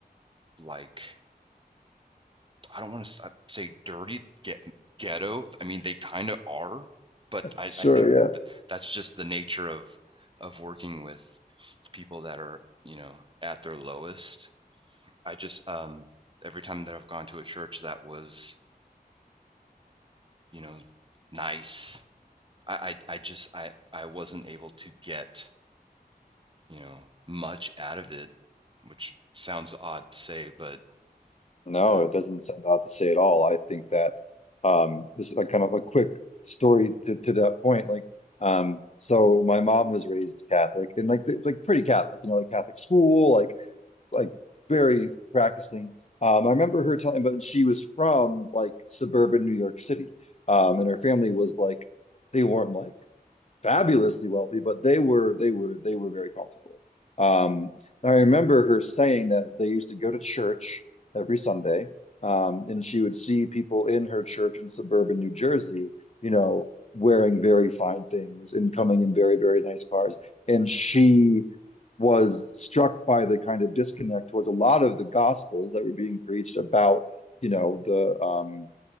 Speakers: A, on the right; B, on the left.
A: like I don't want to say dirty, get ghetto. I mean, they kind of are, but I
B: Sure,
A: I think
B: yeah.
A: th- that's just the nature of of working with people that are, you know, at their lowest. I just um every time that I've gone to a church that was, you know, nice I, I I just I I wasn't able to get you know much out of it, which sounds odd to say, but
B: No,
A: uh,
B: it doesn't sound odd to say at all. I think that um this is like kind of a quick story to, to that point. Like um so my mom was raised Catholic and like th- like pretty Catholic, you know, like Catholic school, like like very practicing. Um I remember her telling but she was from like suburban New York City. Um and her family was like they weren't like fabulously wealthy, but they were they were they were very comfortable. Um, I remember her saying that they used to go to church every Sunday, um, and she would see people in her church in suburban New Jersey, you know, wearing very fine things and coming in very, very nice cars. And she was struck by the kind of disconnect towards a lot of the gospels that were being preached about, you know, the um,